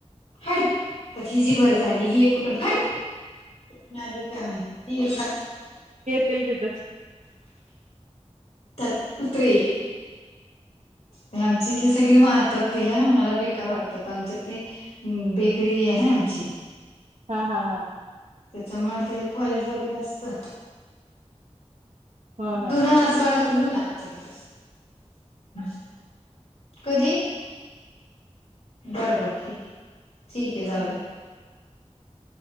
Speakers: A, on the left (about 80°); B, on the right (about 80°).
A: हाड त्यात हिजी भर झाली ही एक कुठून हाड कुठून आली. काय माहिती ती
B: तेल तिथच.
A: त्यात ते कुत्रे. ते आमच्या इथले सगळे मारतात तिला मला बेकार वाटतं आमच्यात ते बेकरी आहे ना आमची.
B: हा हा हा.
A: त्याच्यामुळ ते पैज वगैरे असत,
B: हा हा
A: धुन आज वाळत तू धुना आजच्या दिवस, कधी? बरं बरं ठीक आहे, ठीक आहे जाऊया.